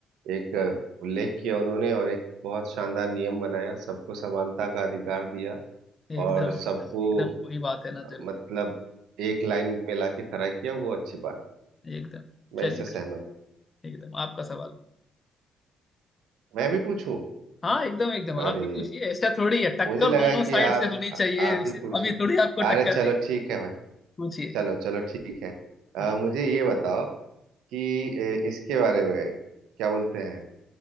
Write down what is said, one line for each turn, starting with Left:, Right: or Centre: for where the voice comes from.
Right: एक अ, उल्लेख किया उन्होंने और एक बहुत शानदार नियम बनाया सबको समानता का अधिकार दिया
Left: एकदम
Right: और सबको
Left: एकदम एकदम वही बात है ना
Right: अ,
Left: जरूरी
Right: मतलब एक लाइन में लाके खड़ा किया वो अच्छी बात
Left: एकदम
Right: मैं
Left: चलिए
Right: इससे
Left: ठीक
Right: सहमत हूँ
Left: एकदम आपका सवाल
Right: मैं भी पूछूं
Left: हाँ एकदम एकदम
Right: अरे
Left: आप भी पूछिए ऐसा थोड़ी है टक्कर
Right: मुझे लगा
Left: दोनों
Right: कि
Left: साइड
Right: आप
Left: से होनी चाहिए
Right: आ- आप
Left: सिर्फ
Right: ही पूछो
Left: हम ही थोड़ी आपको
Right: अरे
Left: टक्कर
Right: चलो
Left: देंगे
Right: ठीक है भाई
Left: पूछिए
Right: चलो चलो ठीक है अ,
Left: हाँ
Right: मुझे ये बताओ कि ए, इसके बारे में क्या बोलते हैं